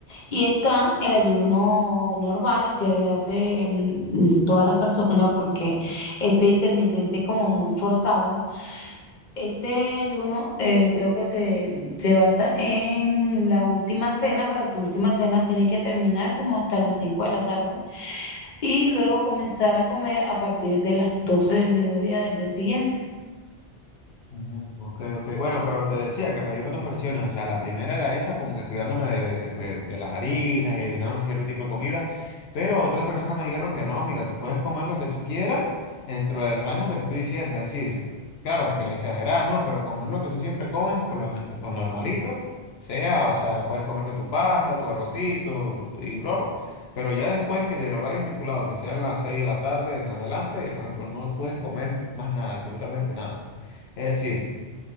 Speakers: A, on the left; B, on the left.
A: Y está el ayuno normal, el que hacen mm, todas las personas, porque este intermitente es como muy forzado este ayuno eh, creo que se, se basa en la última cena, pero tu última cena tiene que terminar como hasta las 5 de la tarde y luego comenzar a comer a partir de las 12 del mediodía del día siguiente.
B: Ujú, Ok, ok. Bueno, pero te decía que me dieron dos versiones. O sea, la primera era esa, como que cuidándome de, de- de- de las harinas y eliminando cierto tipo de comida. Pero otras personas me dijeron que no, mira, tú puedes comer lo que tú quieras dentro del rango que te estoy diciendo. Es decir, claro, sin exagerar, ¿no? Pero comer lo que tú siempre comes, por lo, gen- por normalito, sea, o sea, puedes comerte tu pasta, tu arrocito tu- y broma. Pero ya después que del horario estipulado, que sean las 6 de la tarde en adelante, por ejemplo, no puedes comer más nada, absolutamente nada. pues. Es decir,